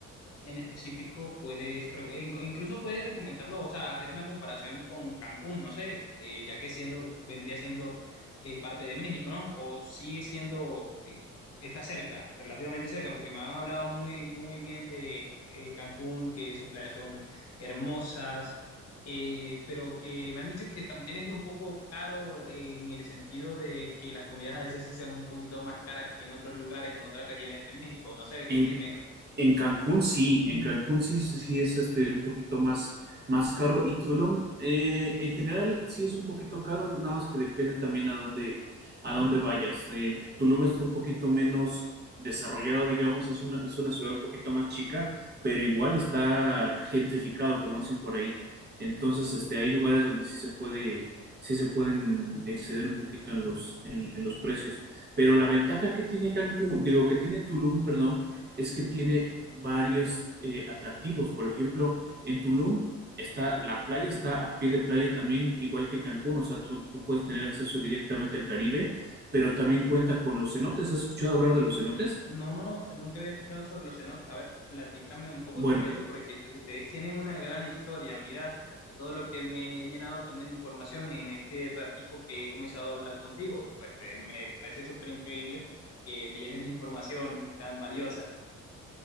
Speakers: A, on the left; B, on the right.
A: en específico puedes, re- in- incluso puedes recomendarlo, o sea, hacer una comparación con Cancún, no sé, eh, ya que siendo, vendría siendo eh, parte de México, ¿no? O sigue siendo, eh, está cerca, relativamente cerca, porque me han hablado muy, muy bien de eh, Cancún, que sus playas son hermosas. eh, pero que me han dicho que también es un poco caro eh, en el sentido de que las comidas a veces sí son un poquito más caras que en otros lugares, en otras regiones de México. No sé, tú
B: En
A: dime,
B: En Cancún sí, en Cancún sí, sí sí es este un poquito más, más caro y Tulum eh, en general sí es un poquito caro, nada más que depende también a dónde, a dónde vayas. Eh, Tulum está un poquito menos desarrollado, digamos, es una, es una ciudad un poquito más chica, pero igual está gentrificado, como dicen por ahí. Entonces, este, hay lugares donde sí se puede, sí se pueden exceder un poquito en los, en en los precios. Pero la ventaja que tiene Cancún, digo, que tiene Tulum, perdón, es que tiene varios eh, atractivos. Por ejemplo, en Tulum está la playa, está a pie de playa también, igual que Cancún, o sea, tú, tú puedes tener acceso directamente al Caribe, pero también cuenta con los cenotes. ¿Has escuchado hablar de los cenotes?
A: No, no, nunca había escuchado sobre los cenotes. A ver, platícame un poco
B: Bueno,
A: sobre ello, porque te- ustedes tienen una gran historia. Mira, de todo lo que me he llenado también de información en este ratico que he comenzado a hablar contigo. Pues eh, me parece súper increíble que me llenes de información tan valiosa.